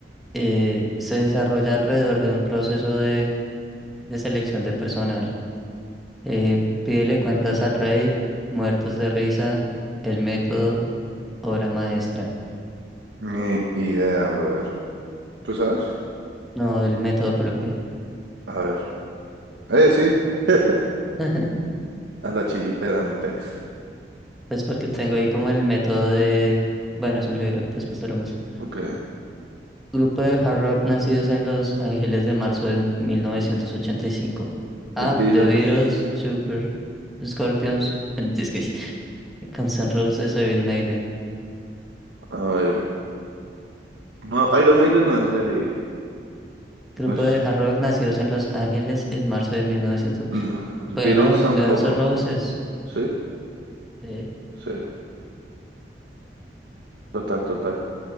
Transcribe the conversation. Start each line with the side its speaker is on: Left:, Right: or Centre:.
Centre: eh, se desarrolla alrededor de un proceso de, de selección de personal? Eh, pídele cuentas al rey, Muertos de risa, El método, obra maestra.
Right: Ni idea, brother. ¿Tú sabes?
Centre: No, El método coloqué.
Right: A ver. Eh, sí. <laughs>
Centre: <laughs>
Right: A la chiripera, mi pex.
Centre: Pues porque tengo ahí como el método de... Bueno, es un libro, después te lo muestro.
Right: Ok.
Centre: Grupo de hard rock nacidos en Los Ángeles de marzo de 1985. Ah,
Right: The Beatles.
Centre: The Beatles, Super Scorpions. <laughs> es que Guns N' Roses o Iron Maiden.
Right: A ver. No, Iron Maiden no es de ahí.
Centre: Grupo
Right: No es
Centre: de hard rock nacidos en Los Ángeles en marzo de 1900.
Right: No, los
Centre: Bueno,
Right: Beatles tampoco.
Centre: Guns N' Roses.
Right: Sí,
Centre: eh,
Right: sí, total, total.